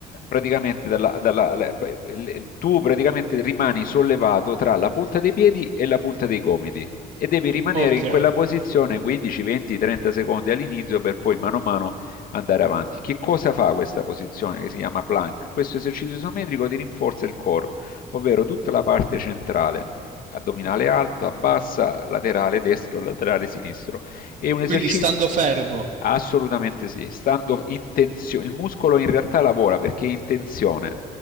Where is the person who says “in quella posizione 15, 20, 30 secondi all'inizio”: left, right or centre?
Left